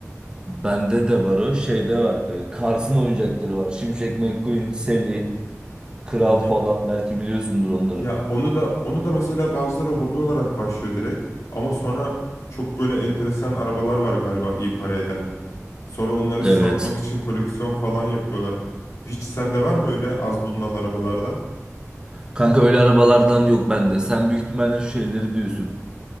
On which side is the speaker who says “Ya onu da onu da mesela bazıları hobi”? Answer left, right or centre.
Left